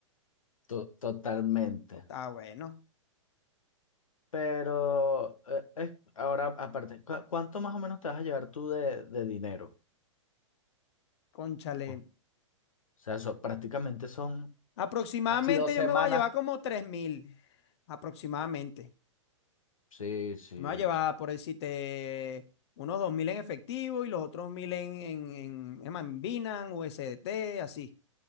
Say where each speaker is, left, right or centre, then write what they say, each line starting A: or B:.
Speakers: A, on the left (about 85°); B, on the left (about 55°).
A: To- totalmente.
B: Esto Está bueno.
A: Pero eh, es- ahora, aparte, ¿cu- ¿cuánto más o menos te vas a llevar tú de, de dinero?
B: Cónchale.
A: O sea, eso prácticamente son
B: Aproximadamente
A: casi dos semanas.
B: yo me voy a llevar como tres mil. Aproximadamente.
A: Sí, sí.
B: Me voy a llevar, por decirte, unos dos mil en efectivo y los otros mil en, en, en, en Binance, U S D T, así.